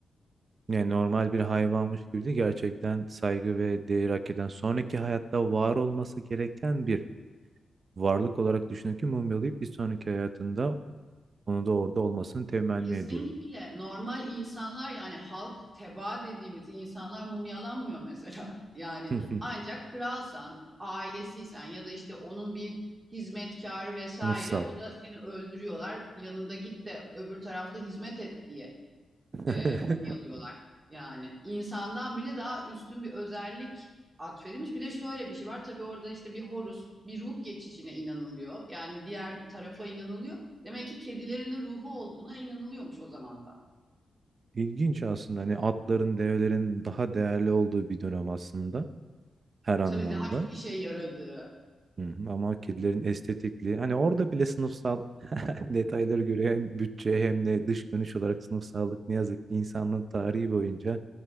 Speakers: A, on the right (about 50°); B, on the right (about 30°).
A: Yani normal bir hayvanmış gibi de gerçekten saygı ve değer hak eden, sonraki hayatta var olması gereken bir varlık olarak düşünün ki mumyalayıp bir sonraki hayatında onu da orada olmasını temenni
B: Kesinlikle
A: ediyorum.
B: normal insanlar yani halk tebaa dediğimiz insanlar mumyalanmıyor mesela. <laughs> Yani
A: <laughs>
B: ancak kralsan, ailesiysen ya da işte onun bir hizmetkarı vesaire
A: Sınıfsal.
B: o da seni öldürüyorlar. Yanında git de öbür tarafta hizmet et diye
A: <laughs>
B: e, mumyalıyorlar. Yani insandan bile daha üstün bir özellik atfedilmiş. Bir de şöyle bir şey var. Tabii orada işte bir horus, bir ruh geçişine inanılıyor. Yani diğer tarafa inanılıyor. Demek ki kedilerin de ruhu olduğuna inanılıyormuş o zaman da.
A: İlginç aslında. Hani atların, develerin daha değerli olduğu bir dönem aslında her anlamda.
B: Tabii daha çok işe yaradığı.
A: Hı hı, Ama kedilerin estetikliği hani orada bile sınıfsal <laughs> detayları göre hem bütçe hem de dış görünüş olarak sınıfsallık ne yazık ki insanlığın tarihi boyunca